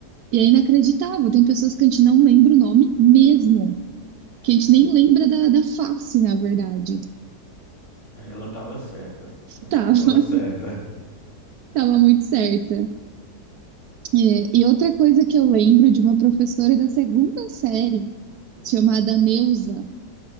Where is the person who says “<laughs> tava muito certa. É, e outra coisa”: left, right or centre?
Right